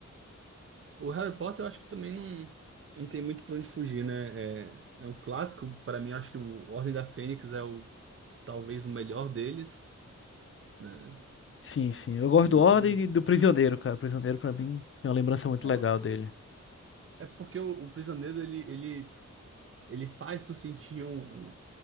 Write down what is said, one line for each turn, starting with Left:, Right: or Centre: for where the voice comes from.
Right: o Harry Potter eu acho que também não, não tem muito pra onde fugir, né? É, é um clássico, pra mim, eu acho que o Ordem da Fênix é o talvez o melhor deles, né?
Left: Sim, sim. Eu
Right: E,
Left: gosto do Ordem e do Prisioneiro, cara. O Prisioneiro, pra mim, é uma lembrança muito
Right: É,
Left: legal dele.
Right: é porque o, o prisioneiro ele, ele, ele faz tu sentir um, um